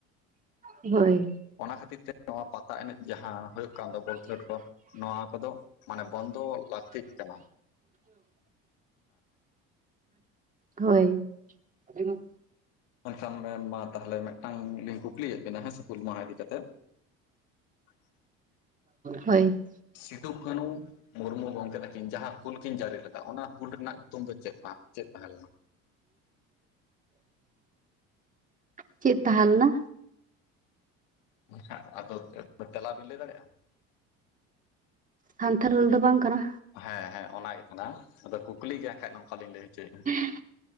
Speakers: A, on the right; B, on the left.
A: ᱦᱳᱭ,
B: ᱚᱱᱟ ᱠᱷᱟᱹᱛᱤᱨ ᱛᱮ, ᱱᱚᱣᱟ ᱯᱟᱛᱟ ᱮᱱᱮᱡ ᱡᱟᱦᱟᱸ ᱦᱩᱭᱩᱜ ᱠᱟᱱ ᱫᱚ ᱵᱚᱞ ᱠᱷᱮᱞᱳᱰ ᱠᱚ, ᱱᱚᱣᱟ ᱠᱚᱫᱚ ᱢᱟᱱᱮ ᱵᱚᱱᱫᱚ ᱞᱟᱹᱠᱛᱤᱜ ᱠᱟᱱᱟ ᱾
A: <inaudible> ᱦᱳᱭ <inaudible>
B: ᱮᱱᱠᱷᱟᱱ ᱢᱮᱱᱢᱟ ᱛᱟᱦᱚᱞᱮ, ᱢᱤᱫᱴᱟᱝ ᱞᱤᱧ ᱠᱩᱠᱞᱤᱭᱮᱫ ᱵᱮᱤᱱᱟ, ᱦᱮᱸ ᱥᱮ, ᱦᱩᱞ ᱢᱟᱦᱟ ᱤᱫᱤ ᱠᱟ ᱠᱟᱛᱮ? ᱟᱪᱪᱷᱟ,
A: ᱦᱚᱭ,
B: ᱥᱤᱫᱩ ᱠᱟᱱᱦᱩ ᱢᱩᱨᱢᱩ ᱜᱚᱢᱠᱮ ᱛᱟᱹᱠᱤᱱ, ᱡᱟᱦᱟᱸ ᱦᱩᱞ ᱠᱤᱱ ᱡᱟᱹᱨᱤ ᱞᱮᱫᱟ, ᱚᱱᱟ ᱦᱩᱞ ᱨᱮᱱᱟᱜ ᱧᱩᱛᱩᱢ ᱫᱚ ᱪᱮᱫ ᱟᱝ ᱪᱮᱫ ᱛᱟᱦᱮᱸ ᱞᱮᱱᱟ?
A: <inaudible> ᱪᱮᱫ ᱛᱟᱦᱮᱸ ᱞᱮᱱᱟ?
B: ᱮᱱᱠᱷᱟᱱ, ᱟᱫᱚ ᱛᱮᱞᱟ ᱵᱤᱱ ᱞᱟᱹᱭ ᱫᱟᱲᱮᱭᱟᱜᱼᱟ ᱾
A: ᱥᱟᱱᱛᱟᱲ ᱦᱩᱞ ᱫᱚ ᱵᱟᱝ ᱠᱟᱱᱟ?
B: ᱦᱮᱸ ᱦᱮᱸ ᱚᱱᱟ ᱜᱮ ᱠᱟᱱᱟ, ᱟᱫᱚ ᱠᱩᱠᱞᱤ ᱜᱮ ᱮᱱᱠᱷᱟᱱᱡ ᱱᱚᱝᱠᱟ ᱞᱤᱧ ᱞᱟᱹᱭ ᱦᱚᱪᱚᱭᱮᱫᱼᱟ
A: ᱦᱡ,